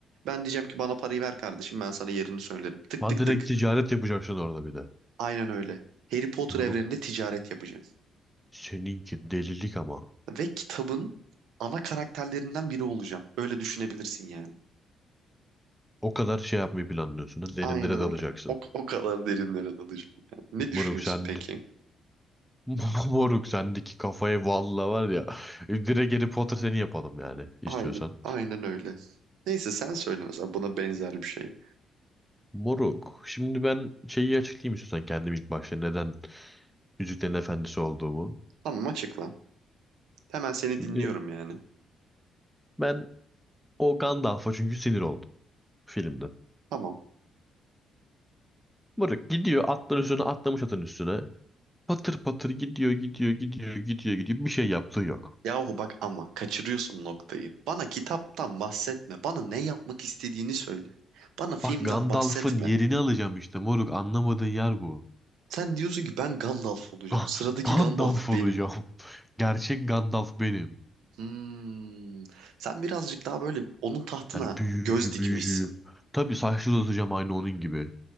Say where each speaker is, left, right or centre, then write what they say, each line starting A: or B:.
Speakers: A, on the right; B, in the centre.
A: Ben diyeceğim ki bana parayı ver kardeşim ben sana yerini söylerim. Tık
B: Ha
A: tık
B: direkt
A: tık.
B: ticaret yapacaksın orada bir de.
A: Aynen öyle. Harry Potter
B: Bunu
A: evreninde ticaret yapacağım.
B: seninki delilik ama.
A: Ve kitabın ana karakterlerinden biri olacağım. Öyle düşünebilirsin yani.
B: O kadar şey yapmayı planlıyorsun. da Derinlere
A: Aynen
B: dalacaksın.
A: öyle. O, o kadar derinlere dalacağım. yani. Ne düşünüyorsun
B: Moruk sen...
A: peki?
B: <laughs> Moruk sendeki kafayı valla var ya. Direkt Harry Potter seni yapalım yani istiyorsan.
A: Aynen, aynen öyle. Neyse sen söyle mesela buna benzer bir şey.
B: Moruk. Şimdi ben şeyi açıklayayım istiyorsan kendim ilk başta neden Yüzüklerin Efendisi olduğumu.
A: Tamam açıkla. Hemen seni
B: Şimdi
A: dinliyorum yani.
B: ben O Gandalf'a çünkü sinir oldu filmden.
A: Tamam.
B: Mırık gidiyor atların üstüne atlamış atın üstüne. Patır patır gidiyor gidiyor gidiyor gidiyor gidiyor bir şey yaptığı yok.
A: Yahu bak ama kaçırıyorsun noktayı. Bana kitaptan bahsetme. Bana ne yapmak istediğini söyle. Bana filmden
B: Bak Gandalf'ın
A: bahsetme.
B: yerini alacağım işte moruk anlamadığın yer bu.
A: Sen diyorsun ki ben Gandalf olacağım.
B: Ga-
A: Sıradaki
B: Gandalf
A: Gandalf benim.
B: olacağım. <laughs> Gerçek Gandalf benim.
A: Hmm. Sen birazcık daha böyle onun tahtına
B: Yani büyücü
A: göz dikmişsin.
B: büyücü. Tabii saçları uzatacağım aynı onun gibi.